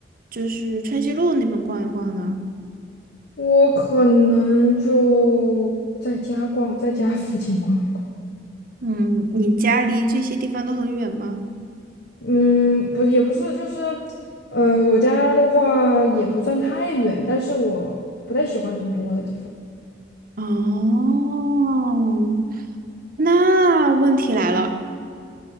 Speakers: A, on the right; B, on the left.
A: 就是春熙路那边逛一逛呢？
B: 我可能就在家逛，在家附近逛一逛。
A: 嗯，你家离这些地方都很远吗？
B: 嗯，不也不是，就是，呃，我家的话也不算太远，但是我不太喜欢人多的地方。
A: 哦，那问题来了，